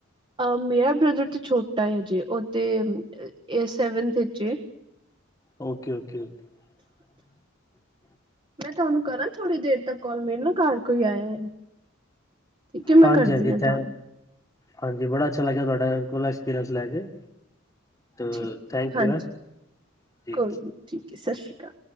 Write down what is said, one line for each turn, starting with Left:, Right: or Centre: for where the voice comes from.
Right: ਮੇਰਾ ਬ੍ਰਦਰ ਤੇ ਛੋਟਾ ਹਜੇ ਉਹ ਤੇ ਸੈਵਨਥ ਵਿਚ-
Left: ਓਕੇ ਓਕੇ ਓਕੇ, <inaudible>
Right: ਮੈ ਤੁਹਾਨੂੰ ਕਰਾਂ ਥੋੜ੍ਹੀ ਦੇਰ ਤੱਕ ਕਾਲ ਮੇਰੇ ਨਾਲ ਘਰ ਕੋਈ ਆਇਆ। ਠੀਕ ਹੈ ਮੈਂ
Left: ਹਾਂਜੀ-
Right: ਕਰਦੀ
Left: ਹਾਂਜੀ ਇਥੇ
Right: ਹਾਂ ਤੁਹਾਨੂੰ
Left: ਹਾਂਜੀ ਬੜਾ ਅਛਾ ਲੱਗਿਆ ਤੁਹਾਡੇ ਕੋ ਐਕਸਪੀਰੀਸ ਲੈ ਕੇ ਤੇ
Right: ਠੀਕ,
Left: ਥੈਂਕ
Right: ਹਾਂਜੀ
Left: ਯੂ ਹੈ ਜੀ
Right: ਕੋਈ ਨਹੀ ਠੀਕ ਐ। ਸਤਿ ਸ਼੍ਰੀ ਅਕਾਲ।